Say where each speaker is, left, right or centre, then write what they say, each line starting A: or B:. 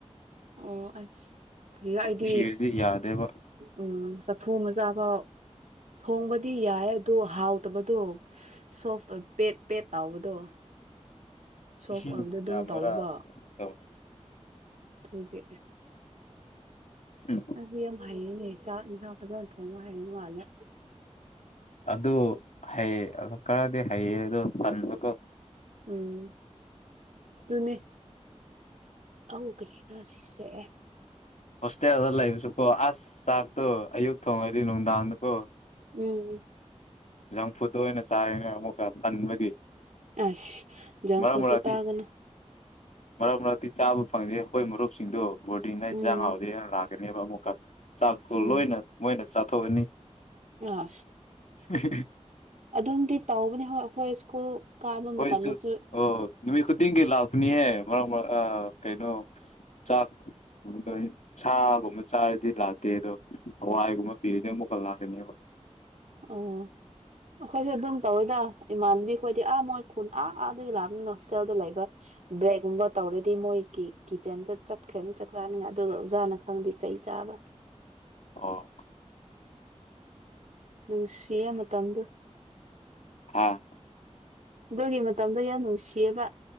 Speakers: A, on the right; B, on the left.
A: ꯑꯣ ꯑꯁ ꯀꯥꯔꯤꯔꯥ ꯑꯩꯗꯤ
B: ꯊꯤꯔꯗꯤ ꯌꯥꯗꯦꯕ
A: ꯎꯝ ꯆꯐꯨ ꯃꯆꯥꯥꯐꯥꯎ ꯊꯣꯡꯕꯗꯤ ꯌꯥꯏ ꯑꯗꯨ ꯍꯥꯎꯇꯕꯗꯣ ꯁꯣꯐ ꯑꯣꯏ ꯄꯦꯠ ꯄꯦꯠ ꯇꯥꯎꯕꯗꯣ ꯁꯣꯐ
B: ꯏꯁꯤꯡ
A: ꯑꯣꯏꯕꯗꯣ ꯑꯗꯨꯝ
B: ꯌꯥꯝꯕꯔꯥ
A: ꯇꯧꯋꯦꯕ
B: ꯇꯧ
A: ꯑꯗꯨꯒꯤ
B: ꯎꯝ
A: ꯑꯩꯗꯤ ꯌꯥꯝ ꯍꯩꯌꯦꯅꯦ ꯆꯥꯛ ꯏꯟꯖꯥꯡ ꯐꯖꯅꯥ ꯊꯣꯡꯕ ꯍꯩꯕꯥ ꯃꯥꯜꯂꯦ
B: ꯑꯗꯨ ꯍꯩ ꯈꯔꯗꯤ ꯍꯩꯌꯦ ꯑꯗꯣ ꯇꯟꯕꯀꯣ
A: ꯎꯝ ꯇꯨꯅꯦ ꯑꯧ ꯀꯔꯤꯔ ꯁꯤꯁꯦ
B: ꯍꯣꯁꯇꯦꯜꯗ ꯂꯩꯕꯁꯨ ꯀꯣ ꯑꯁ ꯆꯥꯛꯇꯣ ꯑꯌꯨꯛ ꯊꯣꯡꯉꯗꯤ ꯅꯨꯡꯗꯥꯡꯗ ꯀꯣ
A: ꯎꯝ
B: ꯖꯪ ꯐꯨꯠ ꯑꯣꯏꯅ ꯆꯥꯔꯦꯅ ꯑꯃꯨꯛꯀ ꯇꯟꯕꯒꯤ
A: ꯑꯁ ꯖꯪ
B: ꯃꯔꯛ
A: ꯐꯨꯠ
B: ꯃꯔꯛꯇꯤ
A: ꯇꯨ ꯇꯥꯒꯅꯨ
B: ꯃꯔꯛ ꯃꯔꯛꯇꯤ ꯆꯥꯕ ꯐꯪꯗꯦ ꯑꯩꯈꯣꯏ ꯃꯔꯨꯞꯁꯤꯡꯗꯣ ꯕꯣꯔꯗꯤꯡꯗ ꯏꯟꯖꯥꯡ
A: ꯎꯝ
B: ꯍꯥꯎꯗꯦꯅ ꯂꯥꯛꯀ ꯅꯦꯕ ꯑꯃꯨꯛꯀ ꯆꯥꯛꯇꯣ
A: ꯎꯝ
B: ꯂꯣꯏꯅ ꯃꯣꯏꯅ ꯆꯥꯊꯣꯛꯑꯅꯤ
A: ꯑꯁ
B: ꯑꯍꯤꯍꯤ
A: ꯑꯗꯨꯝꯗꯤ ꯇꯧꯕꯅꯤ ꯍꯣꯢ ꯑꯩꯈꯣꯏ ꯁ꯭ꯀꯨꯜ ꯀꯥꯕ
B: ꯍꯣꯏꯁꯨ
A: ꯃꯇꯝꯗꯁꯨ
B: ꯑꯣ ꯅꯨꯃꯤꯠ ꯈꯨꯗꯤꯡ ꯈꯨꯗꯤꯡꯒꯤ ꯂꯥꯛꯄꯅꯤꯍꯦ ꯃꯔꯛ ꯑꯥ ꯀꯩꯅꯣ ꯆꯥꯛ ꯑꯥ ꯁꯥ ꯒꯨꯝꯕ ꯆꯥꯔꯗꯤ ꯂꯥꯛꯇꯦ ꯑꯗꯣ ꯍꯋꯥꯏꯒꯨꯝꯕ ꯄꯤꯔꯗꯤ ꯑꯃꯨꯛꯀ ꯂꯥꯛꯀꯅꯤꯕ
A: ꯑꯣ ꯑꯈꯣꯏꯁꯨ ꯑꯗꯨꯝ ꯇꯧꯋꯦꯗ ꯏꯃꯥꯟꯅꯕꯤ ꯈꯣꯏꯗꯤ ꯑꯥ ꯃꯣꯏ ꯈꯨꯟ ꯑꯥ ꯑꯥꯗꯒꯤ ꯂꯥꯛꯄꯅꯤꯅ ꯍꯣꯁꯇꯦꯜꯗ ꯂꯩꯕ ꯕ꯭ꯔꯦꯗꯒꯨꯝꯕ ꯇꯧꯔꯗꯤ ꯃꯣꯏꯒꯤ ꯀꯤꯠꯆꯦꯟꯗ ꯆꯠꯈ꯭ꯔꯅꯤ ꯆꯥꯛ ꯆꯥꯅꯤ ꯑꯗꯨꯒ ꯑꯣꯖꯥꯅ ꯈꯪꯉꯗꯤ ꯆꯩ ꯆꯥꯕ <inaudible>
B: ꯑꯣ
A: ꯅꯨꯡꯁꯤꯌꯦ ꯃꯇꯝꯗꯨ
B: ꯑꯝ
A: ꯑꯗꯨꯒꯤ ꯃꯇꯝꯗꯣ ꯌꯥꯝ ꯅꯨꯡꯁꯤꯌꯦꯕ